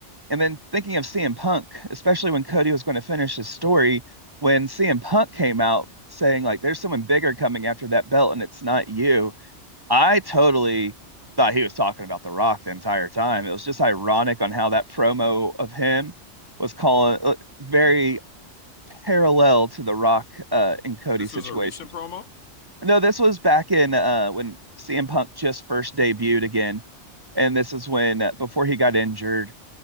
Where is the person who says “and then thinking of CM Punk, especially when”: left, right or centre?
Right